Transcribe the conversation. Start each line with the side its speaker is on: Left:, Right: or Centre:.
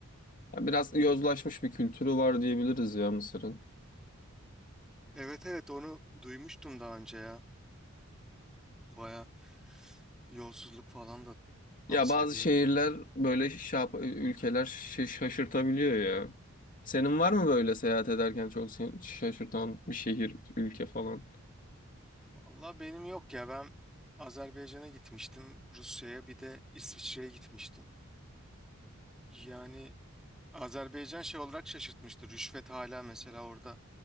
Left: Ya biraz yozlaşmış bir kültürü var diyebiliriz ya Mısır'ın.
Centre: Evet evet onu duymuştum daha önce ya. Baya yolsuzluk falan da top
Left: Ya
Centre: seviye.
Left: bazı şehirler böyle şey yap- ülkeler şa- şaşırtabiliyor ya. Senin var mı böyle seyahat ederken çok seni şaşırtan bir şehir, ülke falan?
Centre: Valla benim yok ya ben Azerbaycan'a gitmiştim, Rusya'ya bir de İsviçre'ye gitmiştim. Yani Azerbaycan şey olarak şaşırtmıştı. Rüşvet hala mesela orada